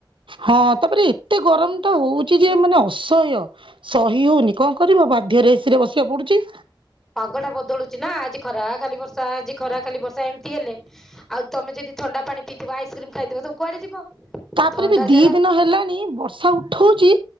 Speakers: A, on the right (about 80°); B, in the centre.
A: ହଁ, ତାପରେ ଏତେ ଗରମ ତ ହଉଛି ଯେ ମାନେ ଅସହ୍ୟ, ସହି ହଉନି କଣ କ କରିବ, ବାଧ୍ୟରେ ଏସିରେ ବସିବାକୁ ପଡୁଛି।
B: ପାଗଟା ବଦଳୁଚି ନା ଆଜି ଖରା ଖାଲି ବର୍ଷା ଆଜି ଖରା ଖାଲି ବର୍ଷା ଏମିତି ହେଲେ ଆଉ ତମେ ଯଦି ଥଣ୍ଡା ପାଣି ପିଇଥିବ, ଆଇକ୍ରିମ ଖାଇଥିବ ତ କୁଆଡେ ଯିବ।
A: ତାପରେ
B: ଥଣ୍ଡା
A: ବି ଦି
B: ଜର
A: ଦିନ ହେଲାଣି ବର୍ଷା ଉ ଉଠଉଛି